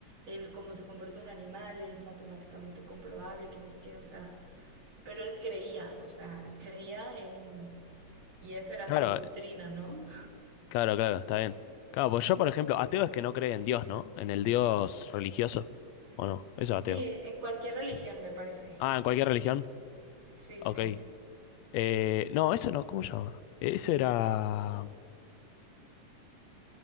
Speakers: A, on the right; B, on the left.
A: el cómo se comporta un animal es matemáticamente comprobable, que no sé qué, o sea, pero él creía, o sea, creía en y esa era
B: Claro,
A: su doctrina,
B: eh,
A: ¿no?
B: claro, claro, está bien. Claro, pues yo, por ejemplo, ateo es que no cree en Dios, ¿no? En el Dios religioso. ¿O no? Eso es
A: Sí,
B: ateo.
A: en cualquier religión
B: Sí.
A: me parece.
B: Ah, en cualquier religión.
A: Sí,
B: Ok.
A: sí.
B: Eh, no, eso no, ¿cómo se llama? Eso era.